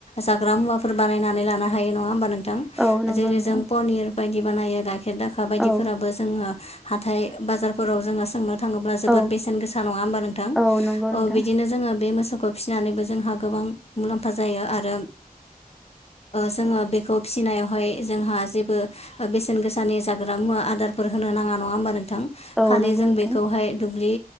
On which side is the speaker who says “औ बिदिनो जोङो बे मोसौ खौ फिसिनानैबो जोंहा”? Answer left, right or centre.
Left